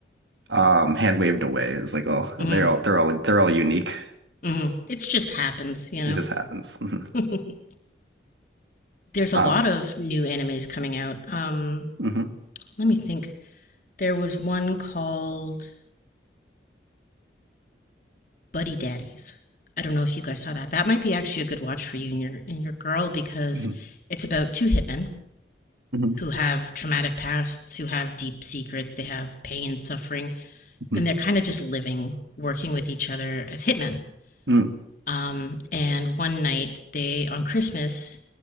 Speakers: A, on the right (about 80°); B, on the left (about 45°).
A: um hand waved away. It's like oh
B: Mm-hmm.
A: they're all they're all they're all unique.
B: mm-hmm. It just happens, you
A: It
B: know.
A: just happens. Mhm.
B: <laughs> There's a
A: Um
B: lot of new animes coming out. Um,
A: mhm,
B: let me think. There was one called Buddy Daddies. I don't know if you guys saw that. That might be actually a good watch for you and your and your girl because
A: mhm,
B: it's about two hitmen
A: mhm,
B: who have traumatic pasts, who have deep secrets, they have pain, suffering,
A: mhm,
B: and they're kind of just living, working with each other as hitmen.
A: mhm,
B: Um, and one night, they on Christmas,